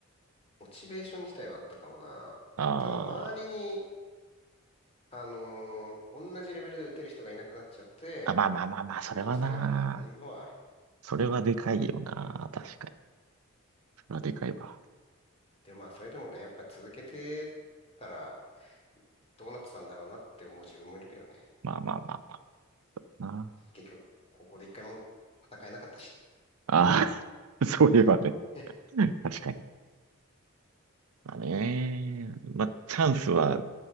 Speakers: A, on the left; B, on the right.
A: モチベーション自体はあったかもな。
B: あ
A: ただ、周りに、
B: ー
A: あのー同じレベルで打てる人がいなくなっちゃって、
B: あ、まあまあまあまあ、
A: モチベーション下がったっていうのはある。
B: それはな。それはでかいよな。確かに。それはでかいわ。
A: で、まあ、それでもね、やっぱり続けてたらどうなってたんだろうなって思う自分もいるけどね。
B: まあまあまあまあな。
A: 結局、高校で一回も戦えなかったし。
B: ああ、<laughs> そういえばね。
A: <laughs>
B: 確かに。まあね。まあ、チャンスは